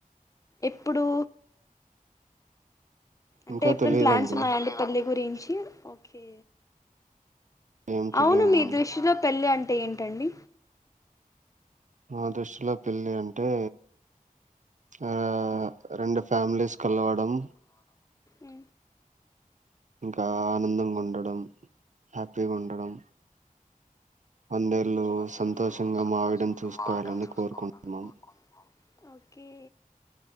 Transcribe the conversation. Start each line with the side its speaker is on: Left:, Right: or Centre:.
Left: ఇప్పుడు అంటే
Right: ఇంకా
Left: ఎప్పుడునా
Right: తెలియదండి
Left: ప్లాన్స్ ఉన్నాయండి పెళ్లి గురించి చి ఓకే
Right: ఏం తెలియదండి
Left: అవును మీ దృష్టిలో పెళ్ళి అంట అంటే ఏం టండి
Right: అ దృష్టిలో పెళ్ళి అంటే అ రెండు ఫ్యామిలీస్ కలవడం
Left: అ
Right: ఆ ఆనందంగా ఉండడం హ్యాపీగా ఉండడం పందేళ్ళు
Left: వందేళ్ళు
Right: సంతోషంగా
Left: సంతోషంగ
Right: మావేయడం చూసుకోవాలని
Left: మా ఆవిడను చూసుకోవాలని
Right: కోరుకుంటున్నాం
Left: కోరుకుంటుాన్నాం కే